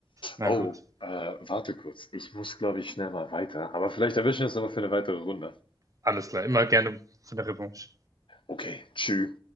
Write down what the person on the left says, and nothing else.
Oh,
äh, warte kurz. Ich muss, glaube ich, schnell mal weiter. Aber vielleicht erwischen wir uns nochmal für eine weitere Runde.
Okay, tschüss.